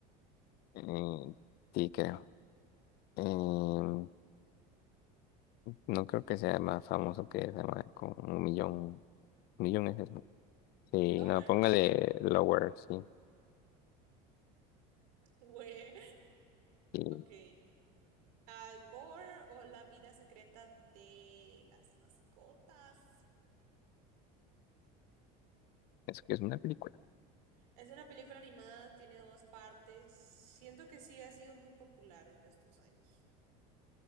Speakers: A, on the left (about 55°); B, on the right (about 85°).
A: Eh, sí, creo. Em, No creo que sea más famoso que esa madre, con un millón. Un millón es eso. Sí,
B: Lower.
A: no, póngale Lower, sí.
B: <laughs> Güey.
A: Sí,
B: Ok. Al Gore o la vida secreta de las mascotas.
A: eso que es una película.
B: Es una película animada, tiene dos partes. Siento que sí ha sido muy popular en estos años.